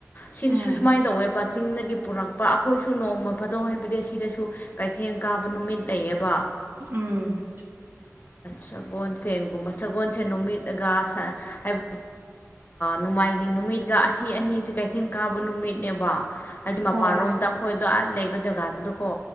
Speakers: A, on the left (about 40°); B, on the right (about 45°).
A: ꯁꯤꯗꯁꯨ
B: ꯎꯝ
A: ꯁꯨꯃꯥꯏꯅ ꯇꯧꯋꯦꯕ ꯆꯤꯡꯗꯒꯤ ꯄꯨꯔꯛꯄ ꯑꯩꯈꯣꯏꯁꯨ ꯅꯣꯡꯃ ꯐꯥꯗꯣꯛ ꯍꯥꯏꯕꯗꯤ ꯁꯤꯗꯁꯨ ꯀꯩꯊꯦꯜ ꯀꯥꯕ ꯅꯨꯃꯤꯠ ꯂꯩꯌꯦꯕ
B: ꯎꯝ
A: ꯁꯒꯣꯜꯁꯦꯟꯒꯨꯝꯕ ꯁꯒꯣꯜꯁꯦꯟ ꯅꯨꯃꯤꯠꯒ ꯍꯥꯏ ꯍꯥꯏ ꯅꯣꯡꯃꯥꯏꯖꯤꯡ ꯅꯨꯃꯤꯠꯀ ꯑꯁꯤ ꯑꯅꯤꯁꯤ ꯀꯩꯊꯦꯜ ꯀꯥꯕ ꯅꯨꯃꯤꯠꯅꯦꯕ ꯍꯥꯏꯗꯤ
B: ꯍꯣꯏ
A: ꯃꯄꯥꯟꯂꯣꯝꯗ ꯑꯩꯈꯣꯏꯗꯣ ꯑꯥ ꯂꯩꯕ ꯖꯒꯥꯗꯨꯗꯀꯣ